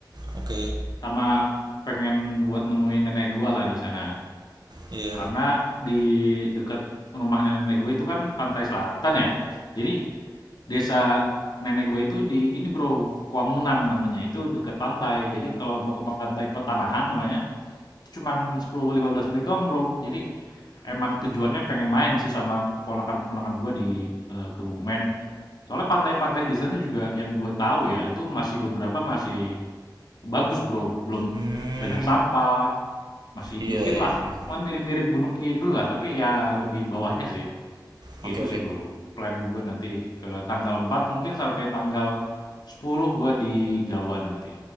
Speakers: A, on the right; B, on the left.
A: oke.
B: Sama pengen buat nemuin nenek gua lah di sana.
A: Iya.
B: Karena di dekat rumah nenek gue itu kan pantai selatan ya. Jadi desa nenek gue itu di ini, Bro, Kuangunan namanya, itu dekat pantai. Jadi kalau mau ke pantai Petanahan namanya cuman 10 15 menit doang, Bro. Jadi emang tujuannya pengen main sih sama keponakan-keponakan gue di eh, Kebumen. Soalnya pantai-pantai di sana juga yang gue tahu ya, itu masih beberapa masih bagus, Bro. Belum
A: Hmm,
B: banyak sampah, masih
A: iya
B: dikit
A: iya
B: lah.
A: iya.
B: Mah mirip-mirip Gunung Kidul lah, tapi ya lebih bawahnya sih. Gitu
A: Oke oke.
B: sih, Bro. Plan gue nanti ke tanggal 4 mungkin sampai tanggal sepuluh gue di Jawa nanti.